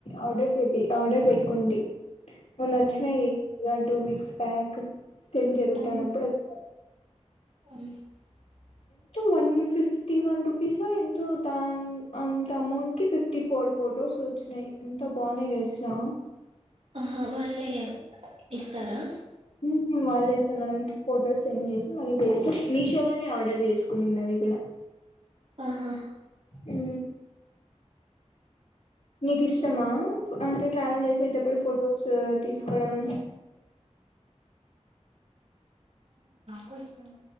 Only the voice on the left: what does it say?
ఆర్డర్ చెపి ఆర్డర్ పెట్టుకుంటీ. మొన్న ఒచ్చినయి
రీస్ వన్ టూ వీక్స్ బ్యాక్ ఫిన్ జరుగుతానప్పుడు
వచ్చినాడ్.
మన్న ఫిఫ్టీ వన్ రూపీసో ఎంతో దాన్ అంత అమౌంట్ కి ఫిఫ్టీ ఫోర్ ఫొటోస్ వచ్చినయి ఎంత బాగున్నాయి తెలిసునా.
ఉమ్ వాళ్ళే ఇస్తార్ మనం ఫోటోస్ సెండ్ చేసి మనీ పే చేసి మీషోలోనే ఆర్డర్ చేసుకునింది అది కూడా.
ఊ నీకు ఇష్టమా అంటే ట్రావెల్ చేసేటప్పుడు ఫొటోస్ ఆ తీసుకోవడం.